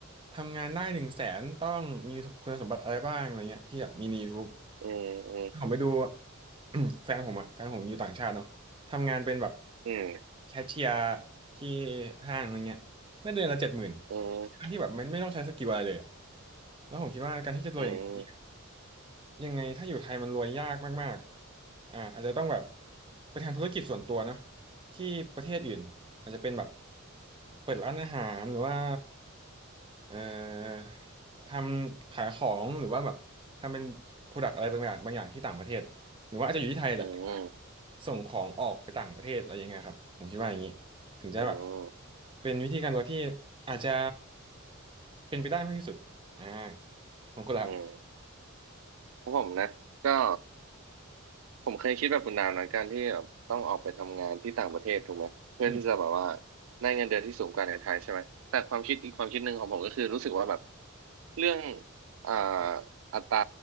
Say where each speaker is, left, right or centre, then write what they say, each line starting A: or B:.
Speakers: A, on the right; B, on the right.
A: ทำงานได้หนึ่งแสนต้องมีคุณสมบัติอะไรบ้างอะไรเงี้ยที่แบบมีใน YouTube
B: อืมอืม
A: ผมไปดู <clears throat> แฟนผมอะแฟนผมอยู่ต่างชาติเนาะทำงานเป็นแบบ
B: อืม
A: แคชเชียร์ที่ห้างอะไรเงี้ยได้เดือนละเจ็ดหมื่น
B: อืม
A: ทั้งที่แบบมันไม่ต้องใช้สกิลอะไรเลยอะแล้วผมคิดว่าการที่จะรวยอย่างนน
B: อืม
A: ยังไงถ้าอยู่ไทยมันรวยยากมากๆอ่าอาจจะต้องแบบไปทำธุรกิจส่วนตัวเนาะที่ประเทศอื่นอาจจะเป็นแบบเปิดร้านอาหารหรือว่าเอ่อทำขายของหรือว่าแบบทำเป็นโปรดักต์อะไรบางอย่างบางอย่างที่ต่างประเทศหรือว่าอาจจะอยู่ที่ไทยแหละแต่ว่า
B: อืมอืม
A: ส่งของออกไปต่างประเทศอะไรยังไงครับผมคิดว่าอย่างนี้ถึงจะแบบ
B: อืม
A: เป็นวิธีการรวยที่อาจจะเป็นไปได้มากที่สุดอ่าของคุณล่ะครับ
B: อืมของผมนะก็ ผมเคยคิดแบบคุณนามนะการที่แบบต้องออกไปทำงานที่ต่างประเทศถูกไหมเพื่อที่จะแบบว่า
A: อืม
B: ได้เงินเดือนที่สูงกว่าในไทยใช่ไหมแต่ความคิดอีกความคิดหนึ่งของผมก็คือรู้สึกว่าแบบเรื่องอ่าอัตรา